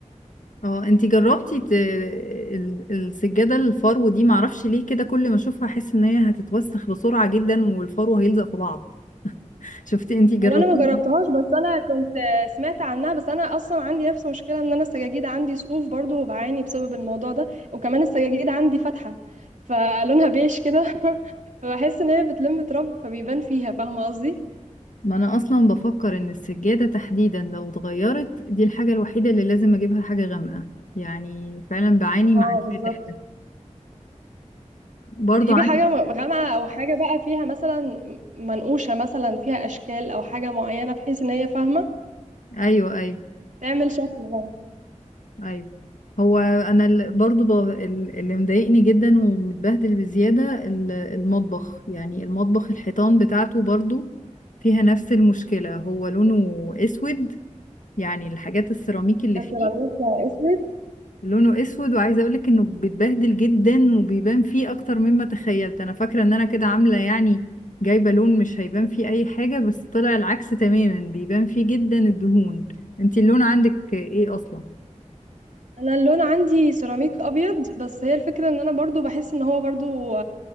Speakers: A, on the left; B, on the right.
A: اه انتي جربتي ت... ال- السجادة الفرو دي معرفش ليه كده كل ما اشوفها احس ان هي هتتوسخ بسرعة جدا والفرو هيلزق في بعض شفتي انتي جربتيها
B: هو انا ما جربتهاش بس انا كنت سمعت عنها بس انا اصلا عندي نفس مشكله ان انا السجاجيد عندي صوف برضو وبعاني بسبب الموضوع ده وكمان السجاجيد عندي فاتحه فلونها بيش كده <laughs> فبحس ان هي بتلم تراب فبيبان فيها فاهمه قصدي
A: ما انا اصلا بفكر ان السجادة تحديدا لو اتغيرت دي الحاجة الوحيدة اللي لازم اجيبها حاجة غامقة يعني فعلا بعاني
B: اه
A: مع الفاتح
B: بالظبط
A: ده برضو
B: تجيبي
A: عندي
B: حاجه غامقه او حاجه بقى فيها مثلا منقوشه مثلا فيها اشكال او حاجه معينه بحيث ان هي فاهمه
A: ايوه ايوه
B: تعمل شكل برضه
A: ايوه هو انا ال- برضو ب- ال- اللي مضايقني جدا ومتبهدل بزياده ال- المطبخ يعني المطبخ الحيطان بتاعته برضو فيها نفس المشكله هو لونه اسود يعني الحاجات السيراميك اللي فيه
B: سيراميك اسود
A: لونه اسود وعايزه اقولك انه بيتبهدل جدا وبيبان فيه اكتر مما تخيلت انا فاكره ان انا كده عامله يعني جايبه لون مش هيبان فيه اي حاجه بس طلع العكس تماما بيبان فيه جدا الدهون انتي اللون عندك ايه اصلا
B: انا اللون عندي سيراميك ابيض بس هي الفكره ان انا برضو بحس ان هو برضو